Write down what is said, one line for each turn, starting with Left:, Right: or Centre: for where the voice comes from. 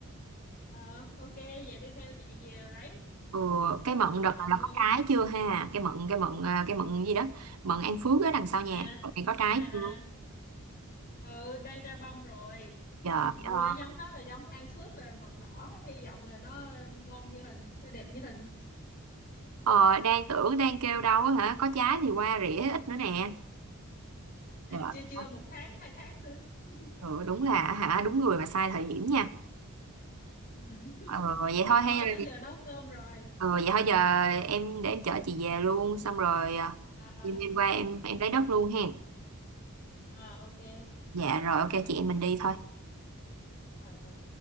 Left: Ờ ok vậy đi theo chị về lấy
Right: ừ, cái mận
Left: về
Right: đợt
Left: trồng
Right: này là
Left: luôn.
Right: có trái chưa ha cái mận cái mận à, cái mận gì đó mận An Phước ở đằng sau nhà
Left: À
Right: đợt này có trái
Left: à
Right: chưa
Left: à ừ đang ra bông rồi.
Right: trời
Left: Ừ, Mua
Right: ờ,
Left: giống đó là giống An Phước rồi mận đỏ hy vọng là nó ngon như hình nó đẹp như hình
Right: ờ, đang tưởng đang kêu đâu á hả có trái thì qua rỉa ít nữa nè trời
Left: chưa chưa một tháng hai tháng nữa <laughs>
Right: ừ, đúng là hả đúng người mà sai thời điểm nha
Left: ừ.
Right: ờ, vậy thôi hay
Left: thôi
Right: là
Left: tới giờ nấu cơm rồi
Right: Ờ, vậy thôi giờ em để em chở chị về luôn xong rồi à,
Left: à
Right: đêm
Left: à
Right: đêm qua em em lấy đất luôn hen
Left: à ok
Right: dạ rồi ok chị em mình đi thôi
Left: ờ ờ